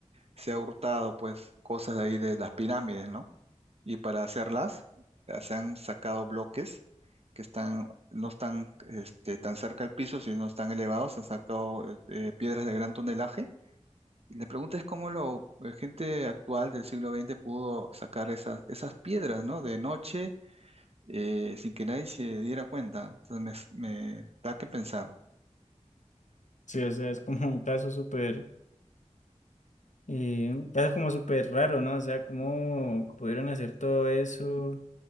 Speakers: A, on the right; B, on the left.
A: se ha hurtado pues cosas de ahí de las pirámides, ¿no? Y para hacerlas, eh, se han sacado bloques que están, no están este, tan cerca al piso, sino están elevados, se han sacado eh, eh, piedras de gran tonelaje. Y la pregunta es cómo lo, la gente actual del siglo XX pudo sacar esas, esas piedras, ¿no? De noche eh, sin que nadie se diera cuenta. Entonces me, me da que pensar.
B: sí, o sea, es como un caso súper, eh, un caso como súper raro, ¿no? O sea, cómo pudieron hacer todo eso.